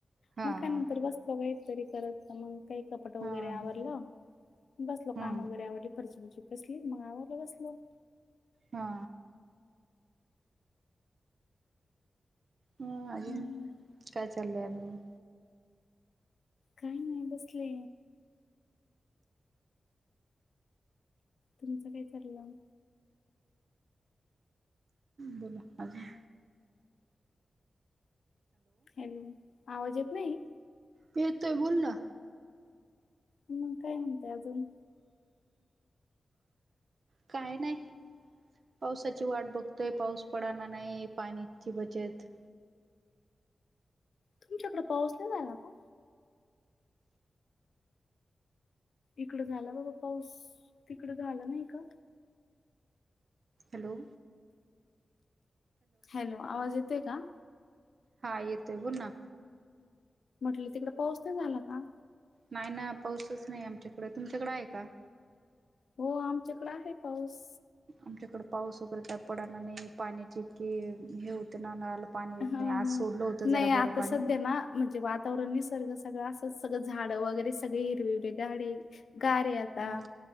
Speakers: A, on the right; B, on the left.
A: हा
B: मग
A: हा
B: काय नंतर बसलो, काही तरी करत मग काही कपाट वगैरे
A: हा
B: आवरलं बसलो,
A: हा
B: काम वगैरे आवरल जी कसली मग आवरलं बसलो.
A: हा. हा, अजून
B: हम्म
A: काय चाललंय अजून?
B: काही नाही बसले. तुमचं काय चाललं?
A: बोला अजून.
B: हॅलो! आवाज येत नाही.
A: येतोय बोल ना.
B: मग काय म्हणताय अजून?
A: काय नाही. पावसाची वाट बघतोय. पाऊस पडना नाही. पाण्याची बचत.
B: तुमच्याकडे पाऊस नाही झाला का? इकडं झाला बाबा पाऊस.. तिकड झालं नाही का?
A: हॅलो.
B: हॅलो आवाज येते का?
A: हा येतोय बोल ना.
B: म्हटलं तिकड पाऊस नाही झाला का?
A: नाही ना.. पाऊसच नाही आमच्याकडे. तुमच्याकडें आहे का?
B: हो आमच्याकडे आहे पाऊस.
A: आमच्याकडे पाऊस वगैरे काय पडना नाही. पाण्याची इतकी हे होते ना नळाला- पाणी येत
B: हा.
A: नाही आज
B: हा.
A: सोडलं होतं जरा
B: नाही आता
A: बरं पाणी
B: सध्या ना. म्हणजे वातावरण. निसर्ग सगळं. अस सगळं झाड वगैरे सगळे. हिरवे-हिरवे झाडे. गार ये आता.
A: हा